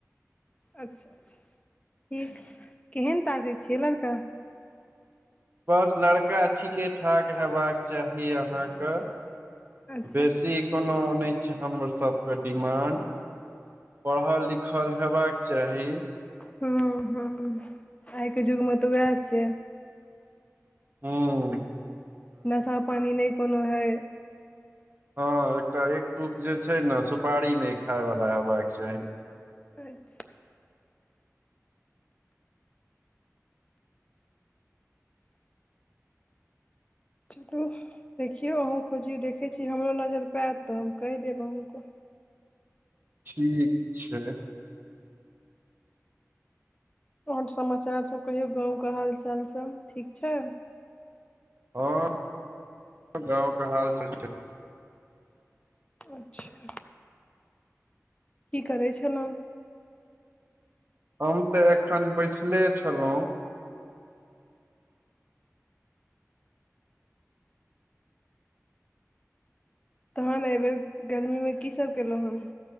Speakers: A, on the left (about 25°); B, on the right (about 40°).
A: अच्छा अच्छा ठीक केहन ताकैत छियै लड़का
B: बस लड़का ठीके ठाक हेबाक चाही अहाँके
A: अच्छा
B: बेसी कोनो नहि छै हमर सभ के डिमान्ड पढ़ल-लिखल हेबाक चाही।
A: ह ह आइ के युग मे तऽ उएह छै
B: ह
A: नशा-पानि कोनो नहि अछि।
B: हँ एकटा एकटु जे छै ने सुपारी नहि खाय वाला हेबाक चाही
A: अच्छ चलू देखियौ अहूँ खोजियौ देखै छियै हमरो नजरि पर आयत तऽ हम कहि देब अहूके
B: ठीक छै
A: आओर समाचार सब कहियौ गाँवके हालचाल सब ठीक छै
B: हँ गाँव के हाल सब छै ठीक <unintelligible>
A: अच्छा। <unintelligible> की करै छलहुँ
B: हम तऽ एखन बैसले छलहुँ
A: तहन एहिबेर गर्मीमे की सब केलहुँ हम